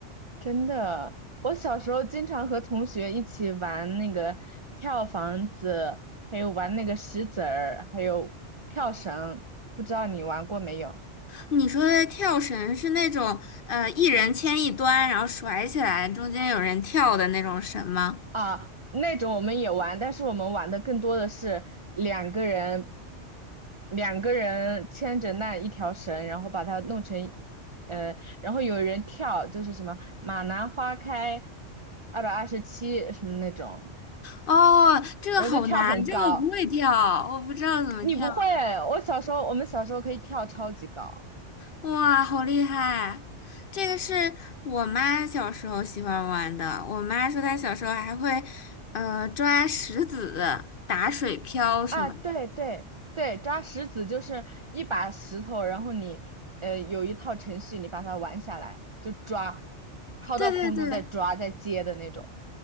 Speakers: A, on the right; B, on the left.
A: 真的，我小时候经常和同学一起玩那个跳房子，还有玩那个石子儿，还有跳绳，不知道你玩过没有？
B: 你说的跳绳是那种呃一人牵一端，然后甩起来，中间有人跳的那种绳吗？
A: 啊，那种我们也玩，但是我们玩的更多的是两个人，两个人牵着那一条绳，然后把它弄成，呃，然后有人跳，就是什么马兰花开二百二十七什么那种，
B: 哦，这个好难，
A: 然后就跳很高。
B: 这个我不会跳，我不知道怎么跳。
A: 你不会？我小时候，我们小时候可以跳超级高。
B: 哇，好厉害！这个是我妈小时候喜欢玩的。我妈说她小时候还会呃抓石子、打水漂什么的。
A: 啊，对对对，抓石子就是一把石头，然后你呃有一套程序，你把它玩下来，就抓，抛到空中再抓再接的那种
B: 对对对